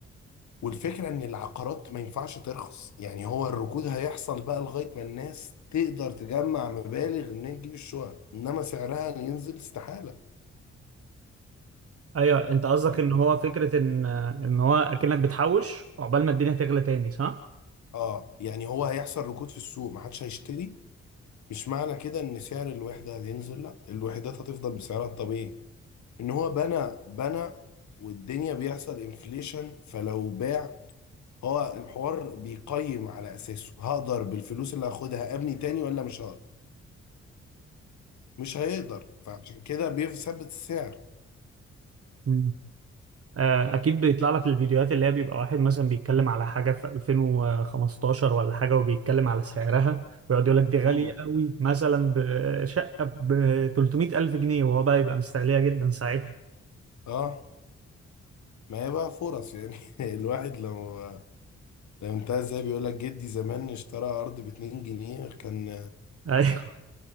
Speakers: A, on the left; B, on the right.
A: والفكرة ان العقارات ما ينفعش ترخص يعني هو الركود هيحصل بقى لغاية ما الناس تقدر تجمع مبالغ انها تجيب الشقق انما سعرها ينزل استحالة
B: ايوه انت قصدك
A: فاهم؟
B: ان هو فكرة ان آه، ان هو اكنك بتحوش عقبال ما الدنيا تغلى تاني صح؟
A: اه يعني هو هيحصل ركود في السوق ما حدش هيشتري مش معنى كده ان سعر الوحدة هينزل لا الوحدات هتفضل بسعرها الطبيعي ان هو بنى بنى والدنيا بيحصل انفليشن فلو باع هو الحوار بيقيم على اساسه هقدر بالفلوس اللي هاخدها ابني تاني ولا مش هقدر مش هيقدر فعشان كده بيثبت السعر
B: على- آه، اكيد بيطلع لك الفيديوهات اللي هي بيبقى واحد مثلا بيتكلم على حاجه في 2015 ولا حاجه وبيتكلم على سعرها ويقعد يقول لك دي غاليه
A: امم
B: قوي مثلا بشقه ب 300 الف جنيه وهو بقى يبقى مستغليها جدا ساعتها
A: اه ما هي بقى فرص يعني <laughs> الواحد لو لو انتهى زي بيقول لك جدي زمان اشترى ارض ب 2 جنيه كان
B: <laughs> ايوه